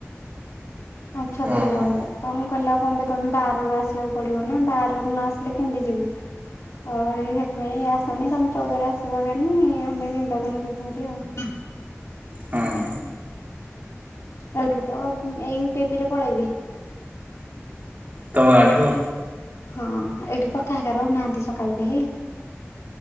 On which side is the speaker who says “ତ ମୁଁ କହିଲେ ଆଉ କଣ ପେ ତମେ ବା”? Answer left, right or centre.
Left